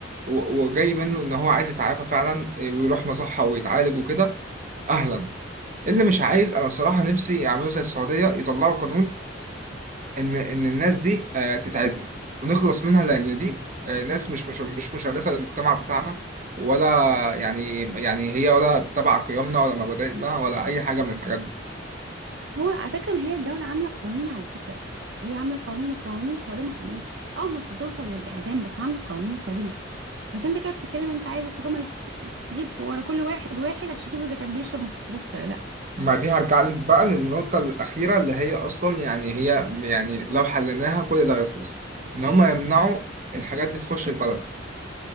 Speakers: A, on the right (about 40°); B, on the right (about 65°).
A: و- وجاي منه ان هو عايز يتعافى فعلا آه، ويروح مصحه ويتعالج وكده اهلا اللي مش عايز انا الصراحه نفسي يعملوا زي السعوديه يطلعوا قانون ان ان الناس دي آه، تتعدم ونخلص منها لان دي آه، ناس مش مش مش مشرفه للمجتمع بتاعنا ولا يعني يعني هي ولا تبع قيمنا ولا مبادئنا ولا اي حاجه من الحاجات دي
B: هو على فكرة ما هي الدولة عاملة قوانين على فكرة هي عاملة قوانين وقوانين صارمة كمان اه مش بتوصل للإعدام بس عاملة قوانين صارمة بس انت كده بتتكلم انت عايز الحكومة ت- تجيب ورا كل واحد واحد عشان تشوف اذا كان بيشرب مخدرات ولا لا
A: مع دي هرجع لك بقى للنقطه الاخيره اللي هي اصلا يعني هي يعني لو حليناها كل ده هيخلص ان هم يمنعوا الحاجات دي تخش البلد